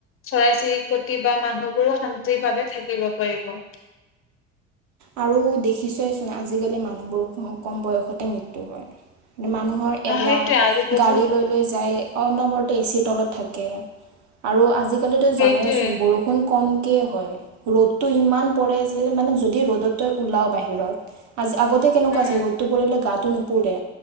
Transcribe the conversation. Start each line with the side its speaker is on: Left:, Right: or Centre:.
Left: চৰাই চিৰিকটি বা মানুহবোৰো শান্তি ভাৱে থাকিব পাৰিব
Right: আৰু দেখিছেচোন আজিকালি মানুহবোৰ কম বয়সতে মৃত্যু হয় মানুহৰ
Left: অ'
Right: এলাহ
Left: সেইটোৱে আজি বহুত
Right: গাড়ী লৈ লৈ যায় অনবৰ্ত এ চি তলত থাকে আৰু আজিকাল
Left: সেইটোৱে
Right: জানোৱেচোন বৰষুণ কমকে হয় ৰ'দটো ইমান পৰে যে মানে যদি ৰ'দতই ওলাও বাহিৰত আজি আগতে কেনেকুৱা
Left: উম,
Right: আছে ৰ'দতটো পৰিলে গাটো নুপুৰে